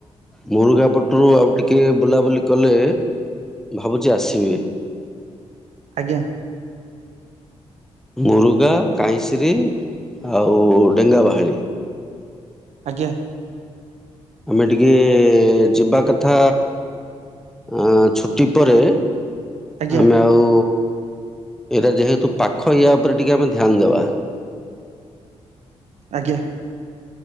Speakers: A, in the centre; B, on the right.
A: ମୁରୁଗା ପଟରୁ ଆଉ ଟିକିଏ ବୁଲାବୁଲି କଲେ। ଭାବୁଛି ଆସିବି।
B: ଆଜ୍ଞା।
A: ମୁରୁଗା କାହିଁସିରି ଆଉ ଡେଙ୍ଗା ବାହାଳି।
B: ଆଜ୍ଞା।
A: ଆମେ ଟିକେ ଯିବା କଥା। ଅ ଛୁଟି ପରେ
B: ଆଜ୍ଞା
A: ଆମେ ଆଉ। ଏଇଟା ଯେହେତୁ ପାଖ ଏରିଆ ଉପରେ ଟିକେ ଆମେ ଧ୍ୟାନ ଦେବା।
B: ଆଜ୍ଞା।